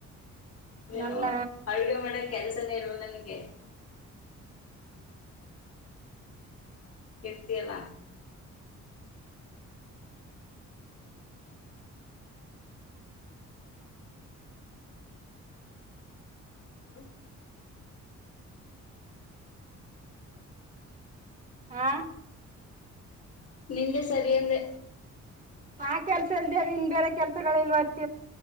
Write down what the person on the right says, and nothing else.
ನನ್ನ
ಹಾ
ಆ ಕೆಲ್ಸ ಇಲ್ ನಿನ್ ಬೇರೆ ಕೆಲ್ಸ ಬರ್ತ